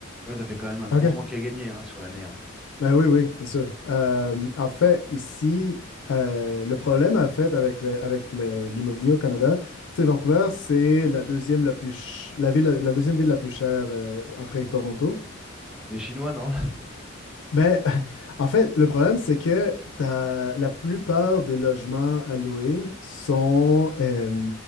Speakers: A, in the centre; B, on the left.
A: vois, ça fait quand même un
B: OK.
A: gros manque à gagner hein, sur l'année. hein.
B: Ben oui, oui, c'est ça. Euh,
A: Donc,
B: en fait, ici, euh, le problème, en fait, avec le, avec le- l'immobilier au Canada, tu sais, Vancouver, c'est la deuxième la plus ch- la ville, la deuxième ville la plus chère euh, après Toronto.
A: les Chinois, non? <laughs>
B: Ben, <laughs> en fait, le problème, c'est que t'as, la plupart des logements à louer sont, euh,